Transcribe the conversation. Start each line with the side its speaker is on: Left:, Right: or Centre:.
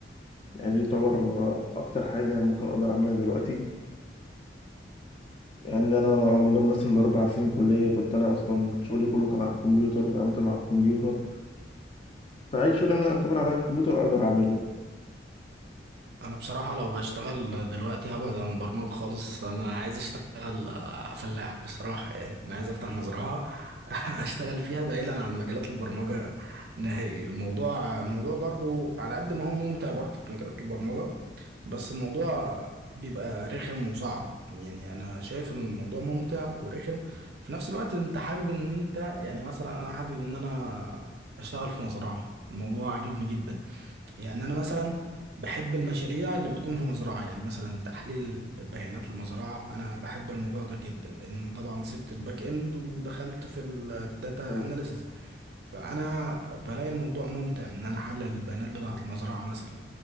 Left: يعني دي تعتبر أكتر حاجة ممكن أقدر أعملها دلوقتي يعني لأن أنا على مدار مثلا الأربع سنين كلية كنت أنا أصلا شغلي كله كان على الكمبيوتر وتعاملت مع الكمبيوتر فأي شغل أنا يعتبر على الكمبيوتر أقدر أعمله
Right: انا بصراحة لو هشتغل دلوقتي هبعد عن برمجة خالص انا عايز اشتغل آه، فلاح بصراحة يعني انا عايز افتح مزرعة <laughs> اشتغل فيها بعيدا عن مجالات البرمجة نهائي الموضوع الموضوع برضو على قد ما هو ممتع برضو في مجالات البرمجة بس الموضوع بيبقى رخم وصعب يعني انا شايف ان الموضوع ممتع ورخم في نفس الوقت انت حابب ان انت يعني مثلا انا حابب ان انا اشتغل في مزرعة الموضوع عاجبني جدا يعني أنا مثلا بحب المشاريع اللي بتكون في مزرعة يعني مثلا تحليل بيانات المزرعة أنا بحب الموضوع ده جدا لأن طبعا سبت الباك إند ودخلت في الداتا
Left: <laughs>
Right: أناليسز فأنا بلاقي الموضوع ممتع إن أنا أحلل البيانات بتاعة المزرعة مثلا